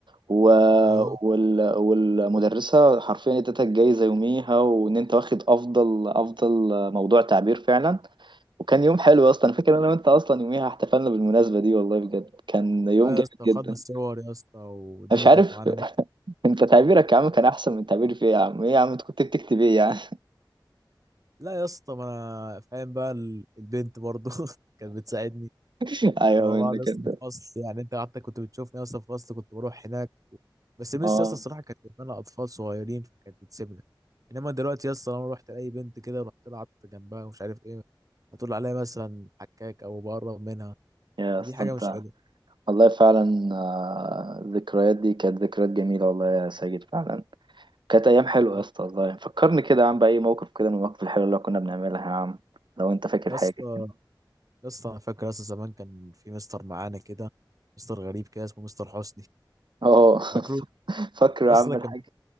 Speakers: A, on the right; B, on the right.
A: و...
B: أيوه
A: وال... والمدرسة حرفيا ادتها الجايزة يوميها وان انت واخد افضل افضل موضوع تعبير فعلا وكان يوم حلو اصلا أنا فاكر إن انا وانت اصلا يوميها احتفلنا بالمناسبة دي والله بجد كان يوم
B: أه يا
A: جامد
B: اسطى وخدنا
A: جدا انا
B: الصور يا اسطى والدنيا
A: مش عارف
B: كانت معانا
A: <laughs>
B: مو...
A: انت تعبيرك يا عم كان احسن من تعبيري في ايه يا عم ايه يا عم انت كنت بتكتب ايه يعني
B: لا يا اسطى ما أنا فاهم بقى ال- البنت برضه <laughs> كانت بتساعدني
A: <laughs> ايوه
B: كنا مع
A: منك
B: بعض يا اسطى
A: انت
B: في الفصل يعني أنت قعدت كنت بتشوفني يا اسطى في الفصل كنت بروح هناك بس ميس
A: اه
B: يا اسطى الصراحه كانت بتتمنى اطفال صغيرين فكانت بتسيبنا انما دلوقتي يا اسطى لما رحت لاي بنت كده رحت لعبت جنبها ومش عارف ايه هتقول عليها مثلا حكاك او بقرب منها
A: يا
B: دي
A: اسطى
B: حاجه
A: انت
B: مش حلوه
A: والله فعلا آه، الذكريات دي كانت ذكريات جميلة والله يا ساجد فعلا كانت ايام حلوه
B: اه
A: يا اسطى والله فكرني كده يا عم باي موقف كده من المواقف الحلوه اللي كنا بنعملها يا عم لو انت فاكر
B: يا
A: حاجه
B: اسطى
A: كده
B: يا اسطى انا فاكر يا اسطى زمان كان في مستر معانا كده مستر غريب كده اسمه مستر حسني
A: اه <laughs>
B: فاكره
A: فاكر يا
B: يا
A: عم
B: اسطى ده
A: الحاج
B: كان